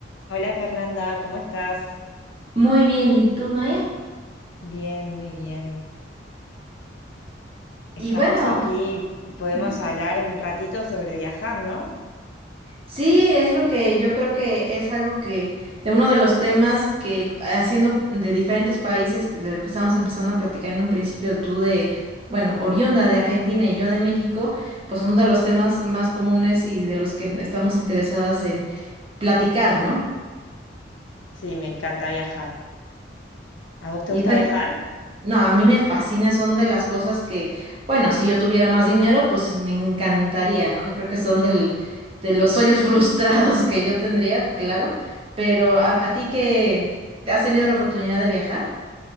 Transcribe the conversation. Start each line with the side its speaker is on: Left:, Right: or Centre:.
Left: Hola Fernanda, ¿cómo estás?
Right: Muy bien, ¿y tú, Maya?
Left: Bien, muy bien. Estamos
Right: Y bueno,
Left: aquí, podemos
Right: ujú.
Left: hablar un ratito sobre viajar, ¿no?
Right: sí, es lo que yo creo que es algo que, de uno de los temas que haciendo de diferentes países, de lo que estábamos empezando a platicar en un principio, tú de, bueno, oriunda de Argentina y yo de México, pues son de los temas más comunes y de los que estamos interesadas en platicar, ¿no?
Left: Sí, me encanta viajar. ¿A vos te
Right: Y
Left: gusta
Right: bueno,
Left: viajar?
Right: No, a mí me fascina, son de las cosas que, bueno, si yo tuviera más dinero, pues me encantaría, ¿no? Creo que son del, de los sueños <laughs> frustrados que yo tendría, claro, pero a, a ti que has tenido la oportunidad de viajar.